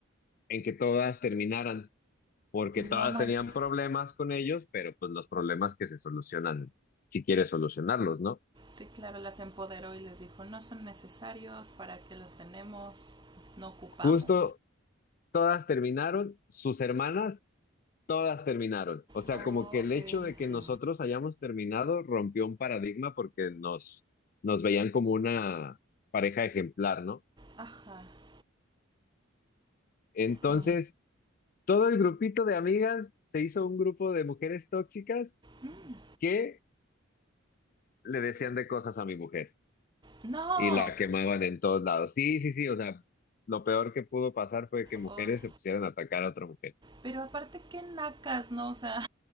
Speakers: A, on the left; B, on the right.
A: en que todas terminaran porque todas
B: no manches.
A: tenían problemas con ellos, pero pues los problemas que se solucionan, si quieres solucionarlos, ¿no?
B: Sí, claro, las empoderó y les dijo, no son necesarios, ¿para que los tenemos? No ocupamos.
A: Justo todas terminaron, sus hermanas, todas terminaron. O sea,
B: OMG.
A: como que el hecho de que nosotros hayamos terminado rompió un paradigma porque nos, nos veían como una pareja ejemplar, ¿no?
B: m
A: Entonces,
B: g
A: todo el grupito de amigas se hizo un grupo de mujeres tóxicas
B: Mm,
A: que le decían de cosas a mi mujer.
B: No.
A: y la quemaban en todos lados. Sí, sí, sí, o sea, lo peor que pudo pasar fue que mujeres
B: O sea.
A: se pusieran a atacar a otra mujer.
B: Pero aparte, qué nacas, ¿no? O sea,